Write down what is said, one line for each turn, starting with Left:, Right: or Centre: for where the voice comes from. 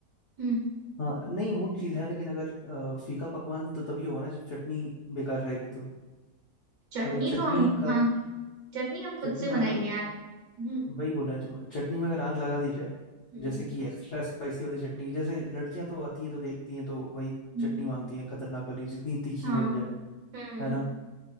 Right: हम्म
Left: हाँ नहीं वो चीज़ है लेकिन अगर अ, फीका पकवान तो तभी होगा ना जब चटनी बेकार रहेगी तो
Right: चटनी
Left: अगर चटनी
Right: तो हम
Left: का
Right: हाँ चटनी हम खुद
Left: चटनी
Right: से
Left: में
Right: बनाएंगे
Left: आग लग,
Right: यार हम्म
Left: वही बोला है जो- चटनी में अगर आग लगा दी जाए
Right: हम्म
Left: जैसे कि एक्स्ट्रा स्पाइसी वाली चटनी जैसे लड़कियां तो आती हैं तो देखती हैं तो वही
Right: हम्म,
Left: चटनी मांगती हैं खतरनाक वाली जितनी तीखी
Right: हाँ
Left: बन जाए
Right: हम्म
Left: है ना